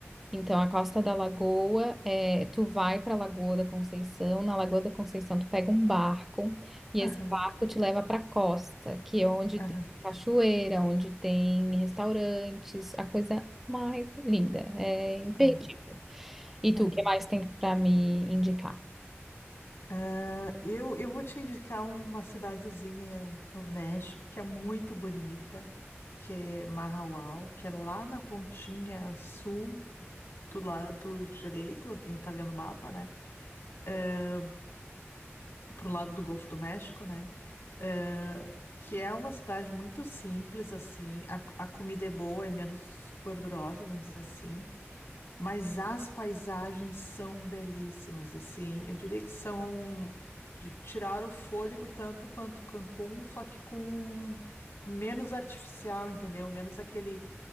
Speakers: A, in the centre; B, on the left.
A: Então, a Costa da Lagoa, é, tu vai pra Lagoa da Conceição. Na Lagoa da Conceição, tu pega um barco e
B: Aham,
A: esse barco te leva pra costa, que é onde
B: aham,
A: tem cachoeira, onde tem restaurantes, a coisa mais linda. É imperdível.
B: aham,
A: E
B: aham.
A: tu, o que mais tem pra me indicar?
B: Ah, eu, eu vou te indicar uma cidadezinha no México que é muito bonita, que é Mahahual, que é lá na pontinha sul do lado direito, quem tá vendo o mapa, né? É, pro lado do Golfo do México, né? eh, que é uma cidade muito simples, assim. A, a comida é boa, é menos gordurosa, vamos dizer assim. Mas as paisagens são belíssimas, assim. Eu diria que são de tirar o fôlego tanto quanto Cancún, só que com menos artificial, entendeu? Menos aquele